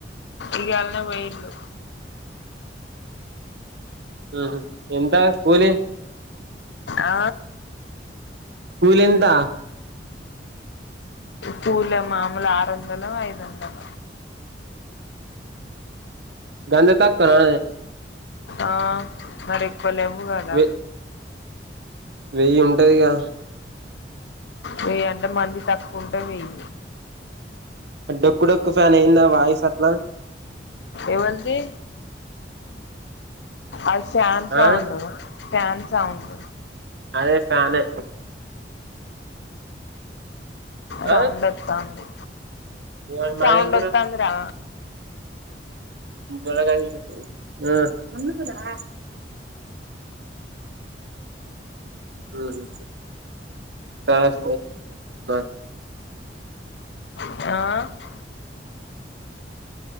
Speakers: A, on the left (about 75°); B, on the right (about 65°).
A: ఇయాలనే పోయండు
B: ఆహ ఎంతా కూలి
A: ఆ
B: కులేనంత
A: కులా మాముూలు ఆరు వందల ఐదు వందల
B: గంత తక్కువనా
A: ఆ మరి ఎక్కువ లేవు కదా
B: వె వెయ్యి ఉంటాయిగా
A: వెయ్యి అంటే మంది తక్కువుంటే వెయ్యి
B: డొక్కు డొక్కు ఫ్యాన్ ఏంది ఆ వాయిస్ అట్లా
A: ఎవళ్ళ్ది అది ఫ్యాన్ సౌండ్
B: ఆ
A: ఫ్యాన్ సౌండ్
B: అదే ఫ్యానే
A: సౌండ్
B: ఆ
A: వత్తంది
B: ఇవాళ మాది
A: సౌండ్
B: ఏం కూర
A: వత్తంది రా
B: ఆ మ్మ్ఉహ్మ్ తర్వాత <unintelligible>
A: ఆ